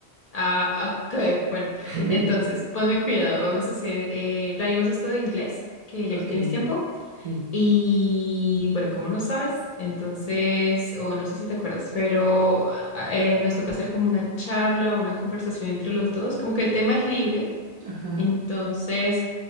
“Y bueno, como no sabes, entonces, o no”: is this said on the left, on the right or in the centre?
Left